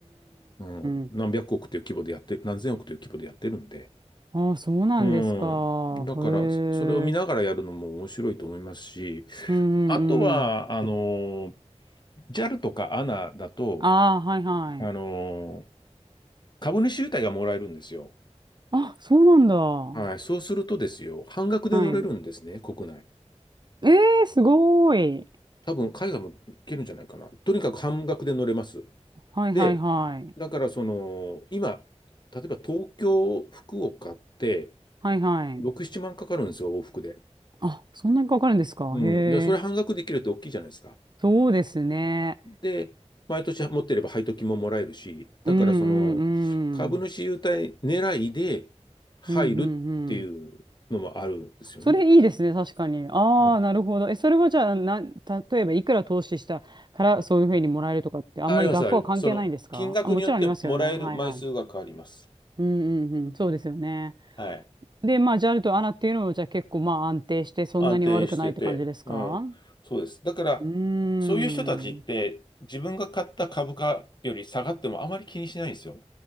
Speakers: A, on the left; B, on the right.
A: うん。
B: ーん。
A: 何百億という規模でやってる、何千億という規模でやってるんで。
B: ああ、そうなんですか。
A: うん。だから、
B: へ
A: それを見ながらやるのも面白いと思いますし、
B: え。うんうんうん。
A: あとは、あの、JAL とか ANA だと、
B: ああ、はいはい。
A: あの、株主優待がもらえるんですよ。
B: あ、そうなんだ。は
A: はい。そうするとですよ、半額で乗れるんですね、
B: い。
A: 国内。
B: ええー、すごーい。
A: 多分、海外も行けるんじゃないかな。とにかく半額で乗れます。
B: はいはいはい。
A: で、だからその、今、例えば東京、福岡って、
B: はいはい。
A: 6、7万かかるんですよ、往復で。
B: あ、そんなにかかるんですか。
A: うん。
B: へえ。
A: じゃあ、それ半額できるって大きいじゃないですか。
B: そうですね。
A: で、毎年持ってれば配当金ももらえるし、だからその、
B: うんうんうん。
A: 株主優待狙いで入るっていうのもあるんですよね。
B: うんうんうん。それいいですね、確かに。ああ、
A: うん。
B: なるほど。え、それはじゃあ、な、例えばいくら投資したからそういうふうにもらえるとかって、あんまり学校は関係ないんですかあ、
A: あります、あります。その、金額によってもらえる枚数が変わります。
B: もちろんありますよね。はいはい。うんうんうん、そうですよね。
A: はい。
B: で、まあ、ジャルとアナっていうのも、じゃあ結構まあ安定して、そんなに悪くないって感じですか
A: 安定してて、うん、そうです。だから、
B: うーん。
A: そういう人たちって自分が買った株価より下がってもあまり気にしないんですよ。